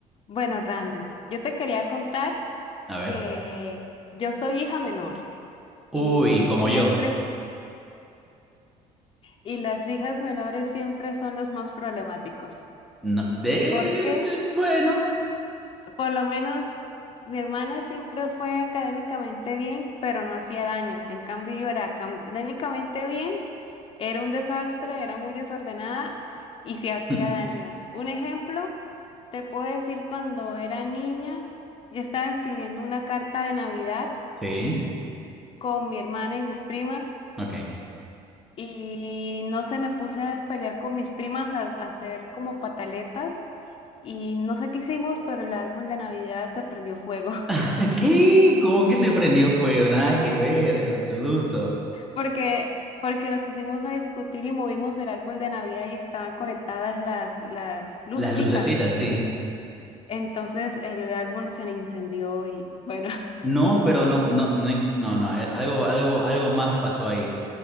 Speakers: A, on the left; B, in the centre.
A: Bueno, Randy, yo te quería contar
B: A ver.
A: que yo soy hija menor
B: Uy,
A: y
B: como
A: siempre,
B: yo.
A: y las hijas menores siempre son los más problemáticos.
B: No. Eh,
A: ¿Por qué?
B: eh, bueno.
A: Por lo menos mi hermana siempre fue académicamente bien, pero no hacía daños. En cambio, yo era académicamente bien, era un desastre, era muy desordenada y se hacía
B: <laughs>
A: daños. Un ejemplo, te puedo decir cuando era niña, yo estaba escribiendo una carta de Navidad.
B: Sí,
A: con mi hermana y mis primas
B: ok.
A: y no sé, me puse a pelear con mis primas a, a hacer como pataletas y no sé qué hicimos, pero el árbol de Navidad se prendió fuego <laughs>
B: <laughs> ¿Qué? ¿Cómo que se prendió fuego? Nada que ver, en absoluto.
A: porque porque nos pusimos a discutir y movimos el árbol de Navidad y estaban conectadas las las lucecitas.
B: Las lucecitas, sí.
A: Entonces el árbol se incendió y bueno,
B: No, pero no, no, no, en- no, no, eh, algo, algo, algo más pasó ahí.